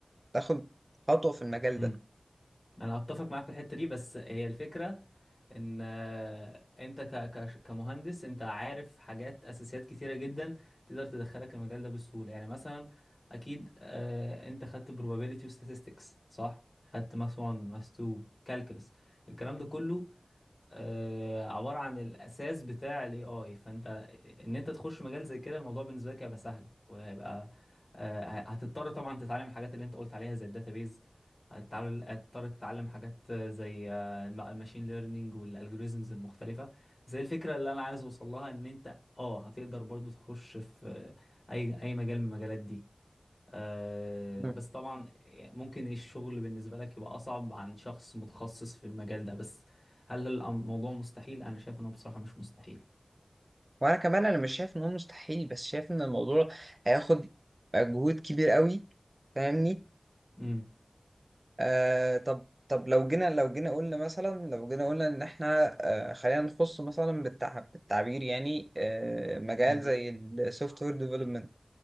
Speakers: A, on the right (about 35°); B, on the left (about 40°).
A: تاخد خطوة في المجال
B: امم
A: ده
B: انا اتفق معاك في الحته دي بس هي الفكره ان آه، انت ك- ك- كمهندس انت عارف حاجات اساسيات كتيره جدا تقدر تدخلك المجال ده بسهوله يعني مثلا اكيد آه، انت خدت probability و statistics صح خدت ماس 1 ماس 2 calculus الكلام ده كله آه، عبارة عن الأساس بتاع ال AI فأنت إن أنت تخش مجال زي كده الموضوع بالنسبة لك هيبقى سهل وهيبقى آه، هتضطر طبعا تتعلم الحاجات اللي أنت قلت عليها زي الداتابيز هتتعل- هتضطر تتعلم حاجات آه، زي آه، الم- الماشين ليرنينج والالجوريزمز المختلفة بس هي الفكرة اللي أنا عايز أوصل لها إن أنت أه هتقدر برضو تخش في آه، أي أي مجال من المجالات دي آه،
A: مم.
B: بس طبعا ممكن الشغل بالنسبة لك يبقى أصعب عن شخص متخصص في المجال ده بس هل الأم- الموضوع مستحيل؟ أنا شايف إنه بصراحة مش مستحيل
A: وانا كمان انا مش شايف ان هو مستحيل بس شايف ان الموضوع هياخد مجهود كبير قوي فاهمني
B: امم
A: آه طب طب لو جينا لو جينا قلنا مثلا لو جينا قلنا ان احنا آه خلينا نخص مثلا بالتع... بالتعبير يعني آه مجال
B: امم
A: زي السوفت وير ديفلوبمنت